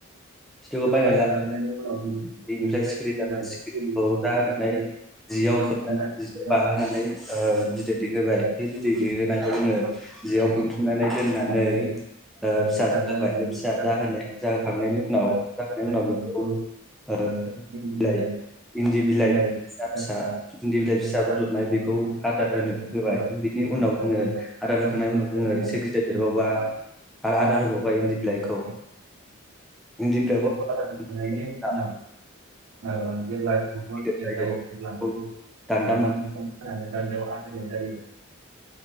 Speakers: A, on the right; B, in the centre.
A: फिथिबखौ
B: फिथोबखौ बायनानै ला बेनिफ्राय
A: बायनानै
B: सिखिरि दाननाय सिखिरिखौ
A: लाबोनानै
B: दाहोनानै जियाव खोबनानै
A: उनाव
B: जियाव बाहोनानै ओ
A: जों
B: बिदै दैहोबाय बे बिदै दैहोनायखौ
A: <unintelligible>
B: जोङो जेयाव बोनथुमनानै दोननानै
A: <unintelligible>
B: ओ फिसा जाहोबाय
A: <unintelligible>
B: बे फिसा जाहोनो जाहोखांनायनि
A: <unintelligible>
B: उनाव जाखांनायनि उनाव बेखौ ओ बिलाइ
A: फिसा
B: इन्दि बिलाइ फिसा इन्दि बिलाइ फिसा
A: <unintelligible>
B: रज'नाय बेखौ आदार होनो होबाय बिनि उनाव जोङो
A: <unintelligible>
B: आदार होखांनायनि उनाव जोङो एसे गिदिर देरबावबा
A: <unintelligible>
B: आरो आदार होबावबाय इन्दि बिलाइखौ
A: <unintelligible>
B: इन्दि बिलाइखौ ओ जेब्ला
A: <unintelligible>
B: गिदिर जायो दान्दा
A: <unintelligible>
B: मोन